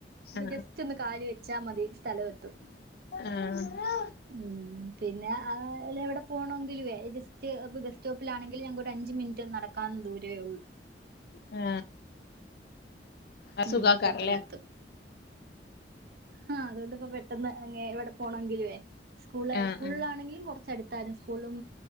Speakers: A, on the left; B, on the right.
A: ആ
B: ജസ്റ്റ് ഒന്ന് കാല് വെ വെച്ച മതി സ്ഥല എ
A: ആ.
B: ഉം. പിന്നെ അ എവിടെ പോണമെങ്കിലുവേ ജസ്റ്റ് ഇ ബസ് സ്റ്റോപ്പിലാണെങ്കിൽ ഞങ്ങൾക്ക് ഒരു അഞ്ച് മിനിറ്റ് നടക്ക നടക്കാൻ ദൂരെ ഉള്ളൂ.
A: ആ. ആ
B: ഉം.
A: സുഖാക്കാരല്ലേ
B: പെട്ടെന്നത്തും. ആ, അതുകൊണ്ട് ഇപ്പോ പെട്ടെന്ന് എവിടെ പോണെങ്കിലുവേ സ്കൂള്
A: ആ
B: സ്കൂളിലാണെങ്കിലും
A: ആ
B: കുറച്ചടുത്തായിരുന്നു. സ്കൂളും